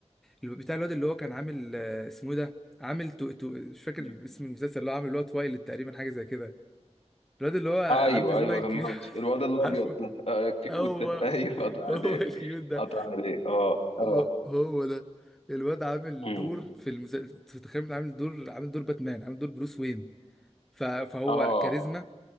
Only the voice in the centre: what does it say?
اللي بتاع الواد اللي هو كان عامل آه، اسمه إيه ده عامل تو... تو... مش فاكر
اسم المسلسل اللي هو عامل اللي هو تويلايت تقريبا حاجه زي كده الواد اللي هو
عنده جولان
كبير
<laughs>
عارفه
هو
هو
الكيوت ده
هو, هو ده الواد عامل
دور في المسلسل تخيل عامل دور عامل دور باتمان عامل دور بروس وين ف... فهو
كاريزما